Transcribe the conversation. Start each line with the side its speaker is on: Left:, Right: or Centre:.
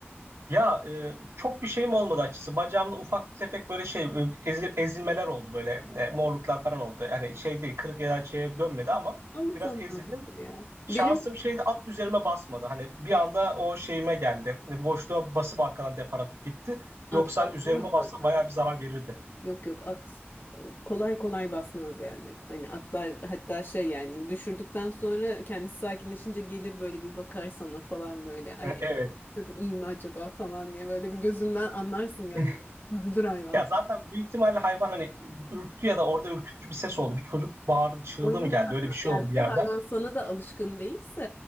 Right: ya e, çok bir şeyim olmadı açıkçası. Bacağımda ufak bir tefek böyle şey e, ezil- ezilmeler oldu böyle e, morluklar falan oldu. Yani şey değil kırık ya da şeye dönmedi ama
Left: Anlatamam
Right: biraz ezildim.
Left: bir şey ya.
Right: Şansım
Left: Benim
Right: şeydi at üzerime basmadı. Hani bir anda o şeyime geldi. E, Boşluğa basıp arkadan depar atıp gitti. Yoksa
Left: at basmaz
Right: hani üzerime bassa
Left: zaten.
Right: bayağı bir zarar verirdi.
Left: Yok yok at kolay kolay basmaz yani. Hani atlar hatta şey yani düşürdükten sonra kendisi sakinleşince gelir böyle bir bakar sana falan böyle. Ay
Right: E, evet.
Left: düşürdüm iyi mi acaba falan diye böyle bir gözünden anlarsın yani.
Right: <laughs>
Left: Üzülür hayvan.
Right: Ya zaten büyük ihtimalle hayvan hani ürktü ya da orada ürkütücü bir ses oldu. Bir çocuk bağırdı, çığlığı
Left: Oynamış
Right: mı geldi?
Left: ama
Right: Öyle bir şey
Left: yani
Right: oldu
Left: bir
Right: bir yerden.
Left: de hayvan sana da alışkın değilse